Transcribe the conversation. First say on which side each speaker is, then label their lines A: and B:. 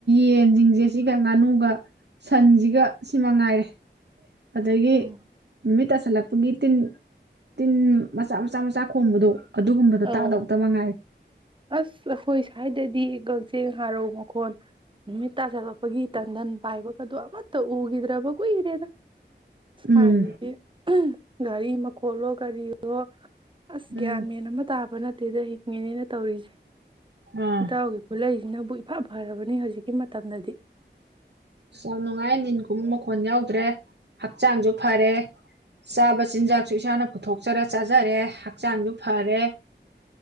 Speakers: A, on the right; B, on the right.
A: ꯌꯦꯟꯖꯤꯡꯁꯦ ꯁꯤꯒ ꯉꯥꯅꯨꯒ ꯁꯟꯁꯤꯒ ꯁꯤꯃꯉꯥꯏꯔꯦ ꯑꯗꯒꯤ
B: ꯎꯝ
A: ꯅꯨꯃꯤꯠ ꯇꯥꯁꯜꯂꯛꯄꯒꯤ ꯇꯤꯟ ꯇꯤꯟ ꯃꯆꯥ ꯃꯆꯥ ꯃꯆꯥ ꯈꯣꯡꯕꯗꯣ ꯑꯗꯨꯒꯨꯝꯕꯗꯣ
B: ꯑꯧ
A: ꯇꯥꯗꯧꯇ ꯃꯉꯥꯏꯔꯦ
B: ꯑꯁ ꯑꯩꯈꯣꯏ ꯁ꯭ꯋꯥꯏꯗꯗꯤ ꯀꯛꯆꯦꯡ ꯍꯥꯔꯧ ꯃꯈꯣꯟ ꯅꯨꯃꯤꯠ ꯇꯥꯁꯤꯜꯂꯛꯄꯒꯤ ꯇꯟꯗꯟ ꯄꯥꯏꯕꯒꯗꯣ ꯑꯃꯠꯇ ꯎꯈꯤꯗ꯭ꯔꯕ ꯀꯨꯏꯔꯦꯗ ꯁꯥꯏꯖꯤꯗꯤ
A: ꯎꯝ
B: ꯒꯥꯔꯤ ꯃꯈꯣꯜꯂꯣ ꯀꯔꯤꯑꯣ ꯑꯁ ꯒꯌꯥꯟ
A: ꯎꯝ
B: ꯃꯦꯟ ꯑꯃꯠ ꯇꯥꯕ ꯅꯠꯇꯦꯗ ꯍꯤꯡꯉꯤꯅꯦꯅ ꯇꯧꯔꯤꯁꯦ
A: ꯑꯥ
B: ꯏꯇꯥꯎꯒꯤ ꯈꯨꯂꯩ ꯅꯕꯨ ꯏꯐꯥ ꯐꯔꯕꯅꯤ ꯍꯧꯖꯤꯛꯀꯤ ꯃꯇꯝꯗꯗꯤ
A: ꯌꯥꯝ ꯅꯨꯡꯉꯥꯏ ꯅꯤꯟ ꯈꯣꯡꯕ ꯃꯈꯣꯟ ꯌꯥꯎꯗ꯭ꯔꯦ ꯍꯛꯆꯥꯡꯁꯨ ꯐꯔꯦ ꯆꯥꯕ ꯆꯤꯟꯖꯥꯛꯁꯨ ꯏꯁꯥꯅ ꯄꯨꯊꯣꯛꯆꯔ ꯆꯥꯖꯔꯦ ꯍꯛꯆꯥꯡꯁꯨ ꯐꯔꯦ